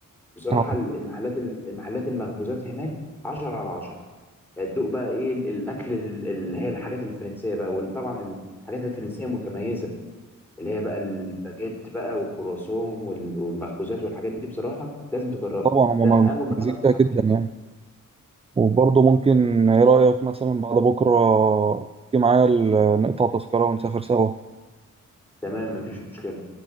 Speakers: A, in the centre; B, on the right.
A: بصراحة
B: آه،
A: المحلات المحلات المخبوزات هناك 10 على 10 يعني تدوق بقى ايه الاكل ال- اللي هي الحاجات الفرنسية بقى وطبعا الحاجات الفرنسية متميزة اللي هي بقى الباجيت بقى والكرواسون وال- والمخبوزات والحاجات دي بصراحة لازم تجربها
B: طبعا هما
A: ده اول
B: مميزين
A: مكان انصحك
B: فيها جدا
A: بيه
B: يعني وبرضه ممكن إيه رأيك مثلا بعد بكرة تيجي معايا ال- نقطع تذكرة ونسافر سوا
A: تمام مفيش مشكلة